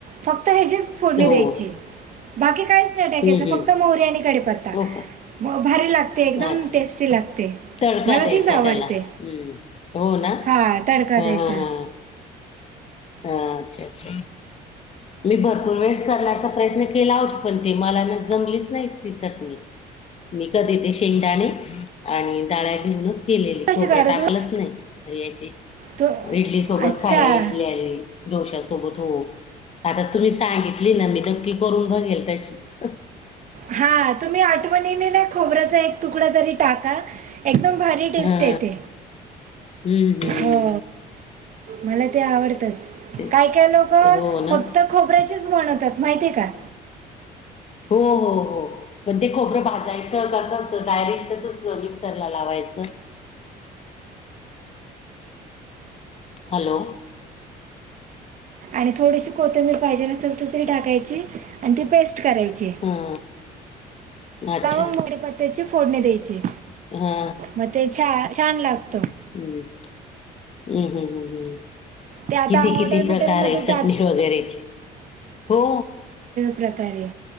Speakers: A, on the right (about 50°); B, on the left (about 40°).
A: फक्त ह्याचीस फोडणी
B: हो
A: द्यायची, बाकी काहीच नाही टाकायच,
B: हं, हं,
A: फक्त मोहरी, आणि कडीपत्ता.
B: हो का
A: भारी लागते, एकदम
B: अच्छा
A: टेस्टी लागते.
B: तडका
A: मला
B: द्यायचा
A: तीच आवडते
B: त्याला, हम, हो ना,
A: हा तडका
B: ह-
A: द्यायचा
B: ह- ह, हा, अच्छा- अच्छ मी, भरपूर वेळेस करण्याचा प्रयत्न केला होता, पण ते मला ना, जमलीच नाही ती चटणी. मी, कधी ते शेंगदाणे, आणि डाळ्या घेऊनच केलेली,
A: कशी
B: खोबरं
A: करतो
B: टाकलंच नाही, याची
A: तू
B: इडली सोबत
A: अच्छा
B: खाइ डोश्या सोबत हो, आता, तुम्ही सांगितली ना, मी नक्की करून बघेल तशीच.
A: हा, तुम्ही आठवणीने ना, खोबऱ्याचा एक तुकडा तरी टाका. एकदम, भारी
B: हा
A: टेस्ट येते,
B: हम्म हम्म
A: हो मला ते आवडतच,
B: तेच
A: काय -काय लोक
B: हो ना
A: फक्त खोबऱ्याचेच बनवता, माहितीय का,
B: हो, हो, हो, पण ते खोबरं, भाजायचं का कसं, डायरेक्ट तसच मिक्सरला लावायचं? हॅलो!
A: आणि थोडीशी कोथिंबीर, पाहिजे नेलस तर, तरी टाकायची, आणि ती पेस्ट करायची.
B: हा, अच्छा
A: त्या वर, कडीपत्त्याची फोडणे द्यायचे,
B: हा
A: मग ते छ- छान लागत.
B: हम् -हम् -हम्- हम्म -हम्,
A: ते आता
B: किती,
A: हॉटेल
B: किती
A: बिटेलमध्ये
B: प्रकारे
A: जात
B: चटणी वगैरेची, हो,
A: प्रकारे आहे,